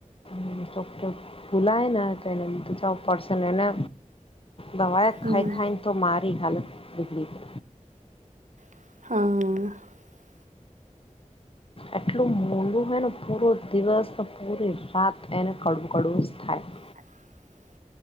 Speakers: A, on the left (about 45°); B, on the right (about 70°).
A: <unintelligible> ભૂલાય ને તો એને કીધું જવું પડશે. અને એને દવાયા
B: હમ
A: ખાઈ-ખાઈને તો મારી હાલત બિગડી ગઈ.
B: હા.
A: એટલું મોંઘું હોય ને પૂરો દિવસ, ને પૂરી રાત એને કડવું-કડવું જ થાય.
B: <inaudible>